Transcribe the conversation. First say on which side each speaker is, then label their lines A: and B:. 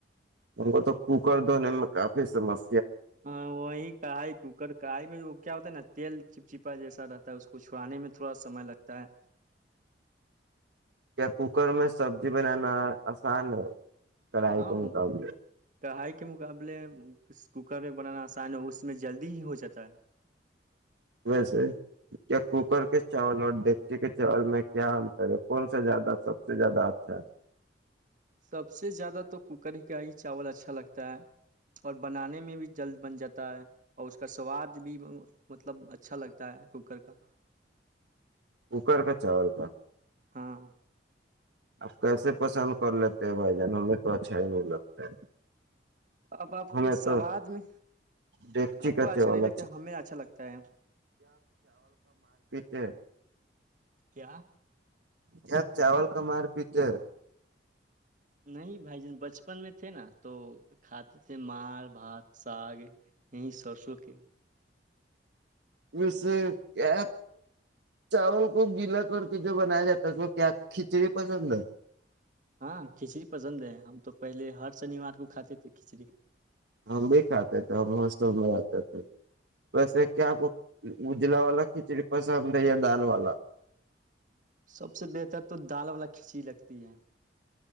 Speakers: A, on the right (about 70°); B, on the right (about 45°).
A: ہم کو تو کوکر دونے کافی فیمس
B: ہاں وہی کڑھائی کوکر کڑھائی میں وہ کیا ہوتا ہے نا تیل چپ چپ کپا جیسا رہتا ہے اس کو چھووانے میں تھوڑا سمے لگتا ہے
A: کیا کوکر میں سبزی بنانا آسان ہے کرڑائی
B: ہاں
A: کا
B: وہ
A: مقابلے
B: کڑھائی کے مقابلے کوکر میں بنانا آسان ہو اس میں جلدی ہی ہو جاتا تا <inaudible>
A: ویسے کیا کوکر کے چاول اور ڈگچی کے چاول میں کیا انتر ہے کون سےا زیادہ سب سے زیادہ اچھا ہے
B: سب سے زیادہ تو کوکر کا ہی چاول اچھا لگتا ہے اور بنانے میں بھی جلد بن جاتا ہے اور اس کا سواد بھی مطلب اچھا لگتا ہے کوکر کا
A: کوکر کا چاول کا
B: ہاں
A: آپ کیسے پسند کر لیتے ہیں بھائی جان ہمیں تو اچھا ہی نہیں لگتا ہے
B: اب آپ
A: ہمیں
B: کے سواد
A: تو
B: میں
A: ڈیکچی
B: آپ
A: کا
B: کو اچھا
A: چاول
B: نہیں لگتا ہمیں اچھا لگتا ہے
A: کہ
B: کیا
A: کیا چاول کا مار پیتے ہے
B: نہیں بھائی جن بچپن میں تھے نا تو کھاتے تھے مار بھات ساگ یہیں سرسوں کے
A: اس کیا چاول کو گیلا کر کے جو بنایا جاتا ہے اس کیا کھچڑی پسند ہے
B: ہاں کھچڑی پسند ہے ہم تو پہلے ہر شنیوار کو کھاتے تھے کھچڑی
A: ہم بھی کھاتے تھے ہم ہاسٹل میں رہتے تھے بسے کیا کو اجلا والا کھچڑی پسند ہے یا دال والا
B: سب سے بہتر تو دال والا کھچی لگتی ہے